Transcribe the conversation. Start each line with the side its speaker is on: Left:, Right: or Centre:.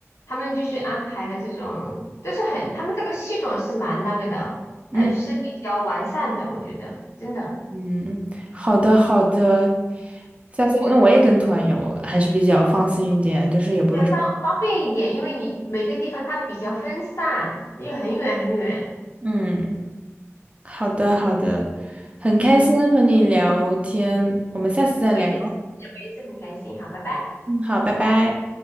Left: 他们就是安排的这种，都是很，他们这个系统是蛮那个的，
Right: 嗯
Left: 呃，是比较完善的，我觉得真的，
Right: 嗯，好的好的，下次我那我也跟团游，还是比较放心一点，就是也不用什么
Left: 对，方方便一点，因为你每个地方它比较分散，又很远很远。
Right: 嗯，好的好的，很开心和你聊天，我们下次再聊。
Left: 我也是，我也是很开心，好，拜拜。
Right: 嗯，好，拜拜。